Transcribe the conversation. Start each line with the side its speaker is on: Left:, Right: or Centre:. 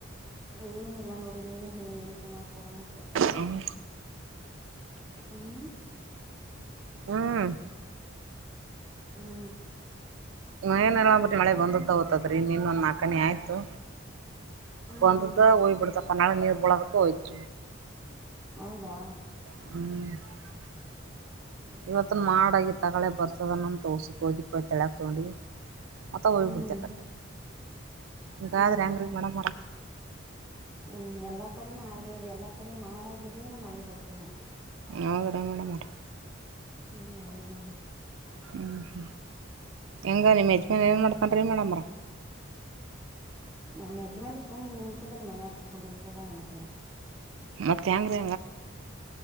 Centre: ಏನಿಲ್ಲ ನೋಡಿ ನೀನು ಹೇಳಿ ಏನ್ ಸಮಾಚಾರ ಅಂತೇಳಿ
Right: ಹ್ಮ್
Centre: ಹ್ಮ್
Right: ಹ್ಮ್
Centre: ಹ್ಮ್
Right: ಮನಂಬ್ರಿ ಮಳೆ ಬಂದ ತಗೋತದ್ರರಿ ಇನ್ನೊಂದ ನಾಲ್ಕನೇ ಆಯ್ತು
Centre: ಹ್ಮ್
Right: ಅಂದ
Centre: ಹ್ಮ್
Right: ಓಯ್ಬಡ್ತಪ್ಪ ನಳ ನೀರು ಬಳದಕ್ಕ ಹಯತ
Centre: ಹೌದಾ
Right: ಹ
Centre: ಹ್ಮ್
Right: ಇವತ್ತನ್ ಮಾಡಗ ತಗಳೆ ಬರ್ಸದ ನಮ ೋಸಕ್ಕೆ ಹೋಗಿಪ್ಪ ತಳಕ್ ತಗೊಂಡವಿ ಮತ್ತ ಹೋಗಿಬ
Centre: ಹ್ಮ್
Right: ಬಿಡ್ತೆ ಕಟ್ಟ ಹಂಗಾದ್ರೆ
Centre: ಹ್ಮ್
Right: ಹೆಂಗ್ರೀ
Centre: ಹ್ಮ್
Right: ಮಡ ಮರ
Centre: ಹ್ಮ್ ಎಲ್ಲಾ ಕಡೆನೂ ಹಾಗಗೇ ಎಲ್ಲಾ ಕಡೆ ಮಾಡಾಗಿದೇ ಮಳೆ ಬರ್ತಿಲ್ಲ
Right: ಹದರೇ ಮೇಡಮ್ರ
Centre: ಹ್ಮ್ ಹೌದ್ ನೋಡಿ
Right: ಹ್ಞೂ ಹ ಹೆಗೆ ನಿಮ್ಮ ಯಜ್ಮನ್ ಏನು ಮಾಡ್ತಾನ ರೀ ಮೇಡಮ್ರ
Centre: ನಮ್ಮ್ ಯಜಮಾನ್ ಸುಮ್ ಉಣತದನ್ ಮನ್ಯಕ ಕುುಂದ್ರರ್ತದ ಉಣಸದ್ರಿ
Right: ಮತ್ ಹೆಂಗ್ರೀ